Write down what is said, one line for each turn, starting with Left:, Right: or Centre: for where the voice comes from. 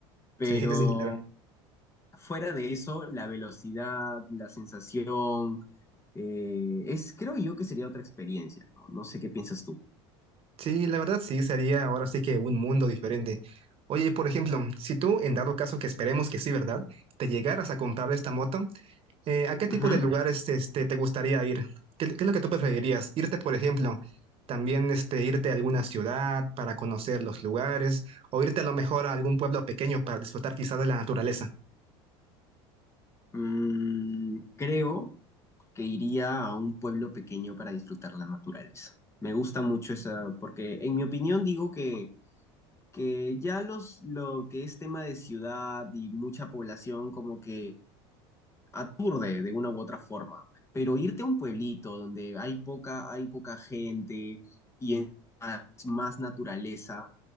Left: Pero
Right: Sí, <laughs> sí, claro.
Left: fuera de eso, la velocidad, la sensación, eh, es, creo yo que sería otra experiencia, ¿no? No sé qué piensas tú.
Right: Sí, la verdad sí, sería ahora sí que un mundo diferente. Oye, por ejemplo, si tú, en dado caso que esperemos que sí, ¿verdad? Te llegaras a comprar esta moto, eh, ¿a qué tipo
Left: Ujú.
Right: de lugares este, te gustaría ir? ¿Qué, qué es lo que tú preferirías? ¿Irte, por ejemplo, también este, irte a alguna ciudad para conocer los lugares o irte a lo mejor a algún pueblo pequeño para disfrutar quizá de la naturaleza?
Left: Mm, creo que iría a un pueblo pequeño para disfrutar la naturaleza. Me gusta mucho esa, porque en mi opinión digo que, que ya los, lo que es tema de ciudad y mucha población como que aturde de una u otra forma. Pero irte a un pueblito donde hay poca, hay poca gente y es más, más naturaleza,